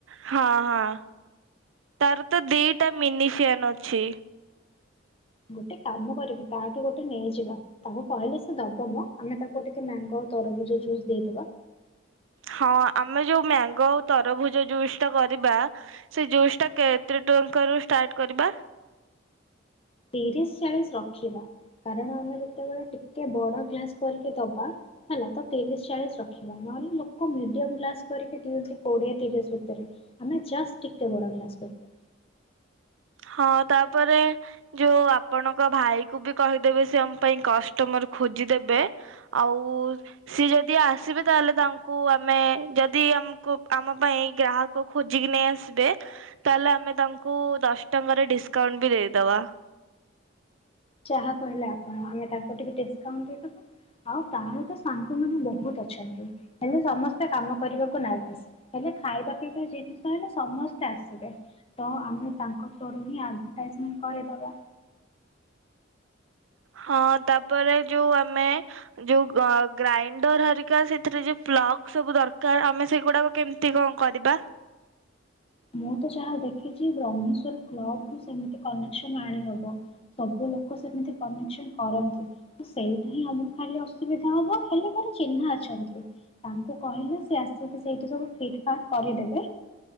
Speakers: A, on the right (about 80°); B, on the left (about 30°).
A: ହଁ ହଁ। ତାର ତ ଦିଟା ମିନିସିିଆନ୍ ଅଛି।
B: ଗୋଟେ କାମ କରିବୁ ତାଠୁ ଗୋଟେ ନେଇଯିବା ତାକୁ କହିଲେ ସେ ଦବ ମ ଆମେ ତାକୁ ଟିକେ ମ୍ୟାଙ୍ଗୋ ତରଭୁଜ ଜୁସ୍ ଦେଇଦବା।
A: ହଁ ଆମେ ଯୋଉ ମ୍ୟାଙ୍ଗୋ ଆଉ ତରଭୁଜ ଜୁସ୍ ଟା କରିବା ସେ ଜୁସ୍ ଟା କେତେ ଟଙ୍କାରୁ ଷ୍ଟାର୍ଟ କରିବା।
B: ତିରିଶ୍ ଚାଳିଶ୍ ରଖିବା କାରଣ ଆମେ ଯେତେବେଳେ ଟିକେ ବଡ ଗ୍ଲାସ କରିକି ଦବା ହେଲା ତ ତିରିଶ୍ ଚାଳିଶ୍ ରଖିବା ନହେଲେ ଲୋକ ମିଡିୟମ ଗ୍ଲାସ କରିକି ଦିଅନ୍ତି କୋଡିଏ ତିରିଶ୍ ଭିତରେ ଆମେ ଜଷ୍ଟ ଟିକେ ବଡ ଗ୍ଲାସ କରିବା।
A: ହଁ ତାପରେ ଯୋଉ ଆପଣଙ୍କ ଭାଇ କୁ ବି କହିଦେବେ ସେ ଆମ ପାଇଁ କଷ୍ଟମର ଖୋଜିଦେବେ ଆଉ ସିଏ ଯଦି ଆସିବେ ତାହେଲେ ତାଙ୍କୁ ଆମେ ଯଦି ଆମକୁ ଆମ ପାଇଁ ଗ୍ରାହକ ଖୋଜିକି ନେଇ ଆସିବେ ତାହେଲେ ଆମେ ତାଙ୍କୁ ଦସ୍ ଟଙ୍କାରେ ଡିସ୍କାଉଣ୍ଟ ବି ଦେଇଦବା।
B: ଯାହା କହିଲେ ଆପଣ ଆମେ ତାଙ୍କୁ ଟିକେ ଡିସ୍କାଉଣ୍ଟ ଦେଇଦବା ଆଉ ତାର ତ ସାଙ୍ଗ ମାନେ ବହୁତ ଅଛନ୍ତି ହେଲେ ସମସ୍ତେ କାମ କରିବାକୁ ନାରାଜ ହେଲେ ଖାଇବା ପିଇବା ଜିନିଷ ହେଲେ ସମସ୍ତେ ଆସିବେ ତ ଆମେ ତାଙ୍କ ଥରୋ ରୁ ହିଁ ଆଡଭାଟାଇଯମେଣ୍ଟ କରିଦବା।
A: ହଁ ତାପରେ ଯୋଉ ଆମେ ଯୋଉ ଗ ଗ୍ରାଇଣ୍ଡର ହେରିକା ସେଥିରେ ଯୋଉ ପ୍ଲଗ୍ ସବୁ ଦରକାର ଆମେ ସେଗୁଡାକ କେମତି କଣ କରିବା।
B: ମୁଁ ତ ଯାହା ଦେଖିଛି ବ୍ରହ୍ମେଶ୍ଵର କ୍ଲବ ରୁ ସେମିତି କନେକ୍ସନ ଆଣିହବ ସବୁ ଲୋକ ସେମିତି କନେକ୍ସନ କରନ୍ତି ତ ସେଇଟା ହିଁ ଆମକୁ ଖାଲି ଅସୁବିଧା ହବ ହେଲେ ମୋର ଚିହ୍ନା ଅଛନ୍ତି ତାଙ୍କୁ କହିଲେ ସେ ଆସିକି ସେଇଠି ସବୁ ଫିଟ୍ ଫାଟ୍ କରିଦେବେ।